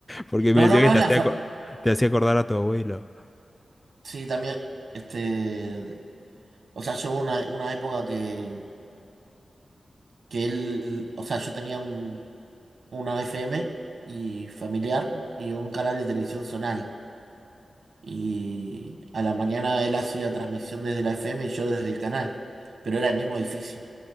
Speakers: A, on the left (about 15°); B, on the right (about 75°).
A: Porque me
B: No,
A: decía
B: no, no
A: que
B: es
A: te
B: la
A: hacía,
B: fa-
A: aco- te hacía acordar a tu abuelo.
B: Sí, también, este, o sea, yo hubo una, una época que, que él, o sea, yo tenía un una FM y familiar y un canal de televisión zonal. Y a la mañana él hacía transmisión desde la FM y yo desde el canal, pero era el mismo edificio.